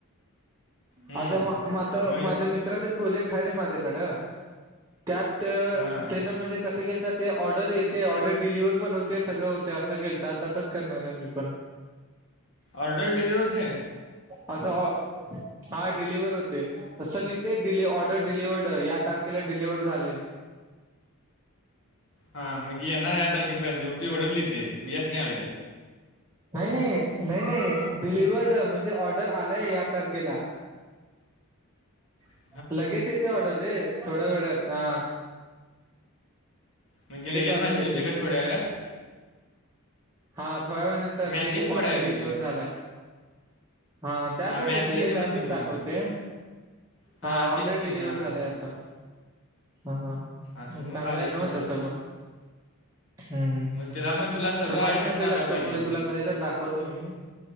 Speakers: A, on the left; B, on the right.
A: हम्म.
B: आता म मता
A: मग
B: माझ्या मित्राचा प्रोजेक्ट हाय रे माझ्याकडं. त्यात
A: हां.
B: तेनं म्हणजे कसं केलता ते ऑर्डर येते ऑर्डर डिलिवर्हर पण होते सगळं होते असं केलता तसंच करणार आहे मी पण.
A: ऑर्डर दिली होते?
B: असं ऑ हा डिलिवर्हर होत ते अस लिहिते डीले ऑर्डर डलिव्हर्ड या तारखेला डिलिवर्ड झाले.
A: हा मग ये ना याता की पघ तू ओढरलीि ते वयत नाही ढल
B: नाही नाही नाही नाही डिलिवर्ड म्हणजे ऑर्डर आलाय या तारखेला
A: ह
B: लगेच येते ऑर्डर रे थोड्या वेळात हा
A: म्हणे लगेच
B: ऑर्डर
A: मसेज
B: येते
A: होते का थोड्या वेात
B: हा थोड्या वे नंतर
A: मॅसेज
B: की
A: थोड्या
B: ऑर्डर
A: वेळात
B: डिलिव्ह
A: येते.
B: झालाय हा त्यातच
A: हां, मॅसेज
B: येते रे
A: म्हण
B: त्यातच
A: की
B: दाखवते
A: मग. हां,
B: हा ऑर्डर
A: तेच की.
B: डिलिवर्ह
A: हां.
B: झालाय असा हा
A: असं
B: म चांगलंय
A: मग भारी
B: नव
A: केलं
B: तस
A: की.
B: पण हम्म
A: त्यामुळे तुला सगळं
B: तर हाय
A: आयटम
B: माझ
A: टाकायला
B: लॅपटॉप
A: पाहिजेत.
B: मध्ये तुला कधी तर दाखवतो मी